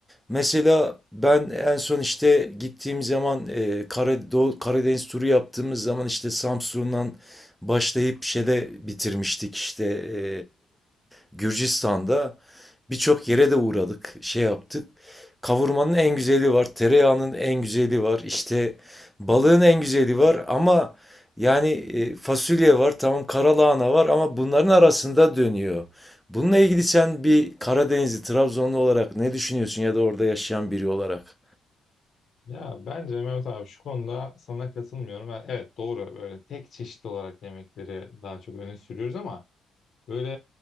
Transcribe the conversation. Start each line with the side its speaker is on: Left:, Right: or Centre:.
Centre: Mesela ben en son işte gittiğim zaman e, Kara- Doğu- Karadeniz turu yaptığımız zaman işte Samsun'dan başlayıp şeyde bitirmiştik işte e, Gürcistan'da birçok yere de uğradık şey yaptık. Kavurmanın en güzeli var, tereyağının en güzeli var, işte balığın en güzeli var ama yani e, fasulye var, tamam karalahana var ama bunların arasında dönüyor. Bununla ilgili sen bir Karadenizli, Trabzonlu olarak ne düşünüyorsun ya da orada yaşayan biri olarak?
Left: Ya bence Mehmet abi şu konuda sana katılmıyorum. Ben- Evet doğru böyle tek çeşit olarak yemekleri daha çok öne sürüyoruz ama böyle